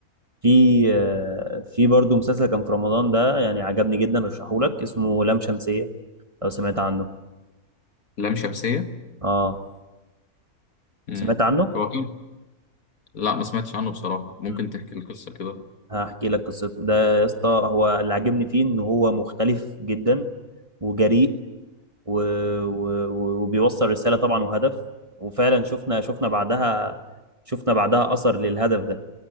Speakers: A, on the right (about 25°); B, on the left (about 65°).
A: في آه، في برضه مسلسل كان في رمضان ده يعني عجبني جدا رشحهولك اسمه لام شمسيه لو سمعت عنه
B: لام شمسية
A: اه
B: مم.
A: سمعت عنه
B: هو لا ما سمعتش عنه بصراحة ممكن
A: مم.
B: تحكي القصة كده
A: هحكي لك قصته ده يا اسطى هو اللي عجبني فيه ان هو مختلف جدا وجريء و... و... و- وبيوصل رساله طبعا وهدف وفعلا شفنا شفنا بعدها شفنا بعدها اثر للهدف ده